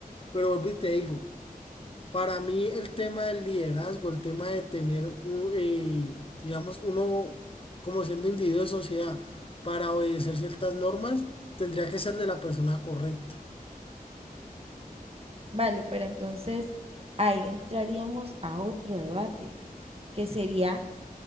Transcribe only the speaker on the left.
pero volví y te digo. Para mí el tema del liderazgo, el tema de tener, un, eh, digamos, uno como siendo individuo de sociedad para obedecer ciertas normas, tendría que ser de la persona correcta.